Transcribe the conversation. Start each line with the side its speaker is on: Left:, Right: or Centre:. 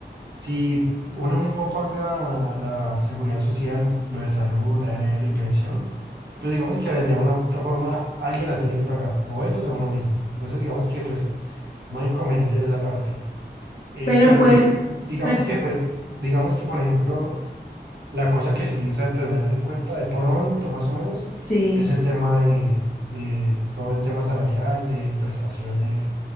Right: si uno mismo paga la seguridad social, lo de salud, ARL y pensión, pues digamos que de una u otra forma alguien la tiene que pagar, o ellos o uno mismo. Entonces digamos que pues no hay inconveniente en esa parte. Eh,
Left: Pero
Right: pero
Left: pues,
Right: sí, digamos
Left: per-
Right: que pues, digamos que por ejemplo La cosa que sí es a tener en cuenta de pronto, más o menos,
Left: sí,
Right: es el tema de, de todo el tema salarial, de prestaciones